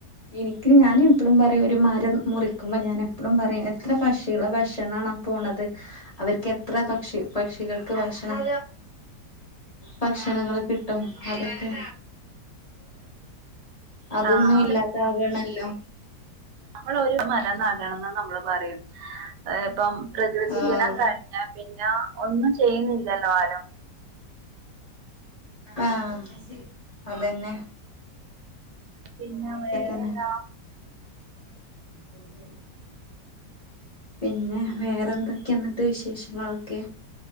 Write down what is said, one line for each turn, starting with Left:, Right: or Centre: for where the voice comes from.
Left: എനിക്ക് ഞാൻ എപ്പോഴും പറയും ഒരു മരം മുറിക്കുമ്പോൾ ഞാൻ എപ്പോഴും പറയും എത്ര പക്ഷികള ഭക്ഷണംണോ പോണത് അവർക്ക് എത്ര പക്ഷി പക്ഷികൾക്ക് ഭക്ഷണം ഭക്ഷണങ്ങള് കിട്ടും അതൊക്കെ അതൊന്നും
Right: ആഹ്
Left: ഇല്ലാത്ത ആകണല്ലോ
Right: നമ്മൾ ഒരു മര നാകണംന്ന് നമ്മള് പറയും ഇപ്പം പ്രകൃതി
Left: ആഹ്
Right: ദിനം കഴിഞ്ഞ പിന്നെ ഒന്നും ചെയ്യുന്നില്ലല്ലോ ആരും
Left: ആഹ് അതന്നെ
Right: പിന്നെ
Left: അങ്ങനെയൊക്കെ
Right: വേറെ
Left: തന്നെ
Right: എന്താ
Left: <inaudible> പിന്നെ വേറെ എന്തൊക്കെയ എന്നിട്ട് വിശേഷങ്ങളൊക്കെ